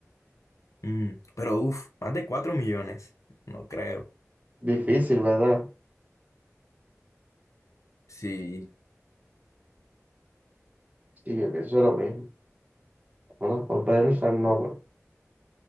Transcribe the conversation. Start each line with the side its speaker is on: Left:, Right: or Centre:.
Left: Mm, pero uff, más de 4 millones, no creo.
Right: Difícil, ¿verdad?
Left: Sí,
Right: Sí, yo pienso lo mismo. Vámonos por Ben Noble.